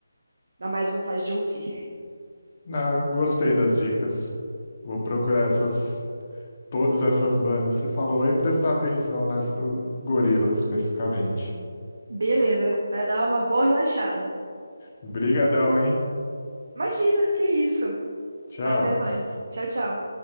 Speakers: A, on the right (about 50°); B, on the left (about 35°).
A: Dá mais vontade de ouvir.
B: ah, gostei das dicas. Vou procurar essas, todas essas bandas que você falou e prestar atenção nessa do Gorillaz especificamente.
A: Beleza, vai dar uma boa relaxada.
B: Brigadão, hein?
A: Imagina, que isso.
B: Tchau.
A: Até mais. Tchau, tchau.